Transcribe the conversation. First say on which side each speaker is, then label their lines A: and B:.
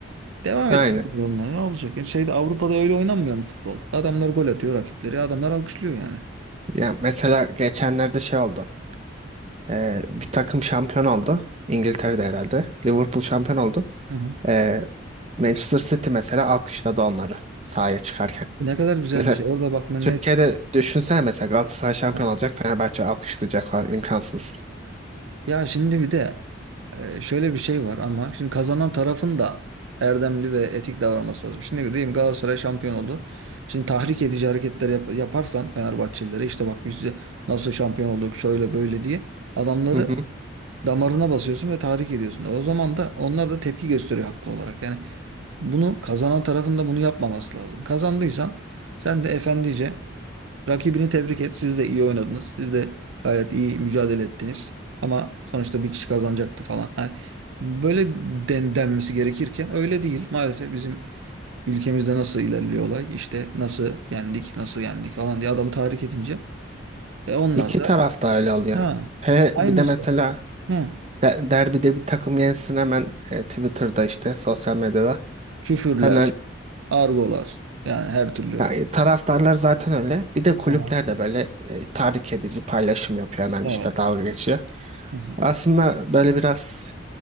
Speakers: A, on the right; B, on the right.
A: Devam
B: aynen.
A: et yani yoluna. Ne olacak? E, şeyde Avrupa'da öyle oynanmıyor mu futbol? Adamlar gol atıyor rakipleri. Adamlar alkışlıyor yani.
B: Ya mesela geçenlerde şey oldu Ee, bir takım şampiyon oldu İngiltere'de herhalde Liverpool şampiyon oldu.
A: Hı hı.
B: Ee, Manchester City mesela alkışladı onları sahaya çıkarken.
A: Ne kadar güzel
B: Mesela
A: bir şey. Orada bak ne
B: Türkiye'de düşünsene mesela Galatasaray şampiyon
A: ne-
B: olacak Fenerbahçe alkışlayacak falan imkansız.
A: Ya şimdi bir de e, şöyle bir şey var ama şimdi kazanan tarafın da erdemli ve etik davranması lazım. Şimdi diyeyim Galatasaray şampiyon oldu. Şimdi tahrik edici hareketler yap- yaparsan Fenerbahçelilere işte bak biz de nasıl şampiyon olduk şöyle böyle diye adamları
B: Hı hı.
A: damarına basıyorsun ve tahrik ediyorsun. O zaman da onlar da tepki gösteriyor haklı olarak. Yani bunu kazanan tarafın da bunu yapmaması lazım. Kazandıysan sen de efendice Rakibini tebrik et. Siz de iyi oynadınız. Siz de gayet iyi mücadele ettiniz. Ama sonuçta bir kişi kazanacaktı falan. Hani böyle den denmesi gerekirken öyle değil. Maalesef bizim ülkemizde nasıl ilerliyor olay? İşte nasıl yendik, nasıl yendik falan diye adamı tahrik edince. Ve onlar
B: İki
A: da
B: taraf da öyle oluyor.
A: ha
B: He,
A: aynısı.
B: bir de mesela
A: Hı.
B: de- derbide bir takım yensin hemen e, Twitter'da işte sosyal medyada
A: Küfürler,
B: hemen
A: argolar yani her türlü.
B: yani taraftarlar zaten öyle. Bir de kulüpler
A: Aha,
B: de böyle e, tahrik edici paylaşım yapıyor hemen
A: evet.
B: işte dalga geçiyor.
A: Hı hı,
B: Aslında böyle biraz